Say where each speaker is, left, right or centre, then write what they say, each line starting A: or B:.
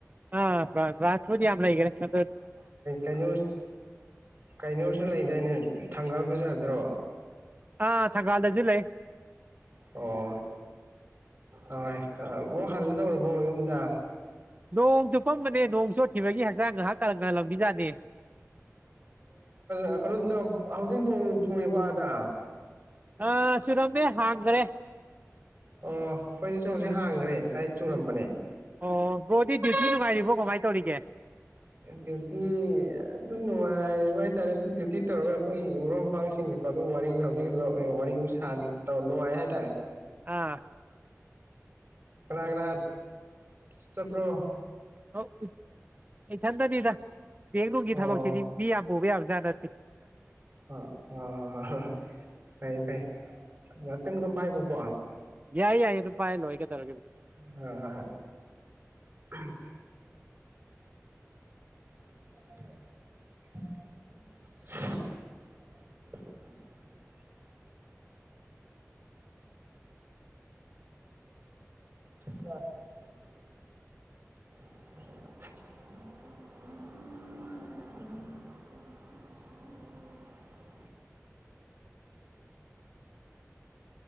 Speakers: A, on the right; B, on the right.
A: ꯑ ꯔꯥꯁꯄꯨꯗꯤ ꯌꯥꯝꯒꯔ ꯆ
B: ꯀꯩꯅꯣ ꯀꯩꯅꯣꯁꯨ ꯂꯩꯗꯅꯦ ꯊꯒꯥꯕ ꯌꯥꯗ꯭ꯔꯣ
A: ꯑꯥ ꯁꯪꯒꯜꯗꯁꯤ ꯂꯩ
B: ꯑꯣ ꯍꯣꯏ ꯑꯣ ꯍꯜꯂꯗꯧꯔꯕꯣ ꯌꯨꯝꯗ
A: ꯅꯣꯡ ꯇꯨꯞꯐꯝꯝꯕꯅꯦ ꯅꯣꯡ ꯆꯣꯠꯈꯤꯕꯒꯤ ꯍꯛꯆꯥꯡ ꯉꯥꯏꯍꯥꯛ ꯀꯔꯝ ꯀꯔ ꯂꯝꯕꯤꯖꯥꯠꯅꯦ
B: ꯑꯣ ꯀꯩꯅꯣ ꯍꯧꯖꯤꯛ ꯅꯣꯡ ꯆꯨꯔꯤꯕ ꯑꯥꯗ
A: ꯑ ꯁꯤꯔꯝꯕꯦ ꯍꯥꯏꯗ꯭ꯔꯦ
B: ꯑꯣ ꯑꯩꯈꯣꯏꯗꯤꯁꯨ ꯍꯧꯖꯤꯛ ꯍꯥꯡꯈ꯭ꯔꯦ ꯉꯁꯥꯏ ꯆꯨꯔꯝꯕꯅꯦ
A: ꯑꯣ ꯣꯗꯤ ꯁꯤ ꯂꯅꯨꯡꯉꯥꯏꯔꯤꯕ ꯑꯣ ꯉꯥꯏ ꯇꯧꯔꯒꯦ
B: ꯗ꯭ꯌꯨꯇꯤ ꯑꯗꯨꯝ ꯅꯨꯡꯉꯥꯏꯕ ꯍꯥꯏꯇꯥꯔꯦ ꯑꯗꯨꯝ ꯗ꯭ꯌꯨꯇꯤ ꯇꯧꯔꯒ ꯑꯩꯈꯣꯏ ꯃꯔꯨꯞ ꯃꯄꯥꯡꯁꯤꯡꯒꯀꯣ ꯑꯗꯨꯝ ꯋꯥꯔꯤ ꯍꯧꯖꯤꯛꯀꯤꯗꯨ ꯋꯥꯔꯤ ꯑꯗꯨꯝ ꯅꯨꯡꯉꯥꯏ ꯍꯥꯏꯇꯥꯔꯦ
A: ꯑꯥ
B: ꯀꯅꯥ ꯀꯅꯥ ꯁꯤ ꯆꯄ꯭ꯔꯣ
A: ꯑꯣ ꯏꯊꯟꯇꯅꯤꯗ ꯕꯦꯡꯡꯂꯨꯒꯤ
B: ꯑꯣ
A: ꯊꯕꯛꯁꯤꯗꯤ ꯃꯤ ꯌꯥꯝ ꯄꯨꯕ ꯌꯥꯕꯅꯤ ꯗꯗꯤ
B: ꯑ ꯑꯣ ꯍ ꯍ ꯐꯩꯦ ꯐꯩ ꯉꯍꯥꯛꯇꯪꯒ ꯑꯗꯨꯝ ꯄꯥꯏꯈꯣꯀꯣ
A: ꯌꯥꯏ ꯌꯥꯏꯌꯦ ꯂꯨꯄꯥ ꯂꯣꯏꯒꯗꯧꯔꯒꯦ
B: ꯑ ꯍ <unintelligible> <inaudible> <inaudible> <inaudible>